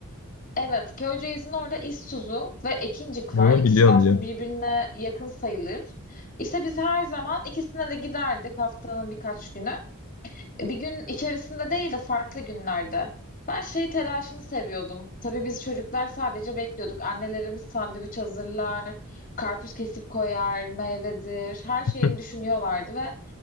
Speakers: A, on the left; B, on the left.
A: evet Köyceğiz'in orada İsuzu ve Ekincik
B: Ha,
A: var. İkisi
B: biliyorum
A: de aslında
B: biliyorum.
A: birbirine yakın sayılır. İşte biz her zaman ikisine de giderdik haftanın birkaç günü. Bir gün içerisinde değil de farklı günlerde. Ben şey telaşını seviyordum. Tabii biz çocuklar sadece bekliyorduk. Annelerimiz sandviç hazırlar, karpuz kesip koyar, meyvedir, her
B: <laughs>
A: şeyini düşünüyorlardı ve